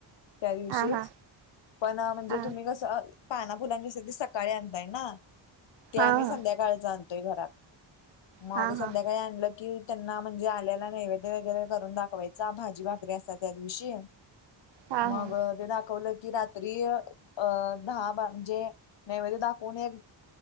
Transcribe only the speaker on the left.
त्या दिवशीच
पण म्हणजे
तुम्ही कस पाना फुलांची असते त सकाळी आणताय ना ते
आम्ही
संध्याकाळी काळच आणतोय घरात मग
सांध्याकाळच
आणल की त्यांना म्हणजे आल्याला नैवेद्य वगैरे करून दाखवायचा भाजी भाकरी असा त्या दिवशी.
मग
ते दाखवलं की रात तरी अ दहा म्हणजे नैवेद दाखवून एक